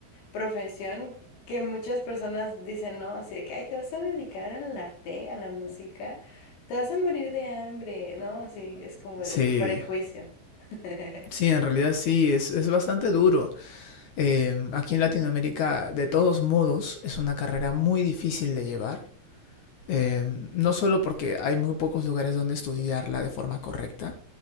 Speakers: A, on the left (about 80°); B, on the left (about 60°).
A: profesión que muchas personas dicen, no, así de que, ay, te vas a dedicar al arte, a la música, te vas a morir de hambre, ¿no? Así es como el
B: Sí,
A: prejuicio. <laughs>
B: sí, en realidad sí, es, es bastante duro. Eh, aquí en Latinoamérica, de todos modos, es una carrera muy difícil de llevar Eh, no solo porque hay muy pocos lugares donde estudiarla de forma correcta,